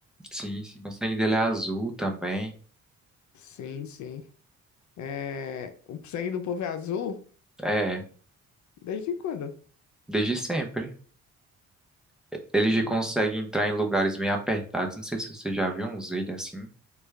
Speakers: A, in the centre; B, on the left.
A: sim, sim. O sangue dele é azul também.
B: Sim, sim. É, o sangue do povo é azul?
A: É, é.
B: Desde quando?
A: desde sempre. Ele
B: Hum,
A: consegue entrar em lugares meio apertados. Não sei se você já viu uns vídeos assim.